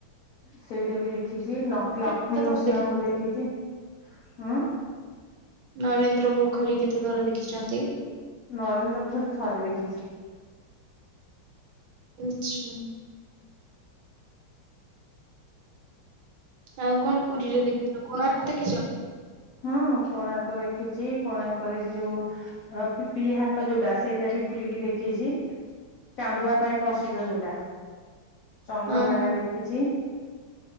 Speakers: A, on the left; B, on the right.
A: ସେଇଟା ବି ଦେଖିଛି ଲ କ ଲକ୍ଷ୍ମୀ
B: କେତେଥର
A: ନୃସିଂହଙ୍କୁ
B: ଦେଖିଛନ୍ତି
A: ଦେଖିଛି ଉୁଁ।
B: ନରେନ୍ଦ୍ର ପୋଖରୀ କେତେ ଥର ଦେଖିଛନ୍ତି।
A: ନରେନ୍ଦ୍ର ପୋଖରୀ ଥରେ ଦେଖିଛି।
B: ଆଛା। ଆଉ କଣ ପୁରୀରେ ଦେଖିଛ କୋଣାର୍କ ଦେଖିଛ।
A: ହଁ କୋଣାର୍କ ଦେଖିଛି କୋଣାର୍କରେ ସେ ଯୋଉ ଅ ପିପିଲି ହାଟ ଯୋଉଟା ସେଇଟା ବି ବୁଲିକି ଦେଖିଛି ଚାନ୍ଦୁଆ ପାଇଁ ପ୍ରସିଦ୍ଧ ଯୋଉଟା ଚନ୍ଦ୍ରଭାଗା
B: ହଁ
A: ଦେଖିଛି।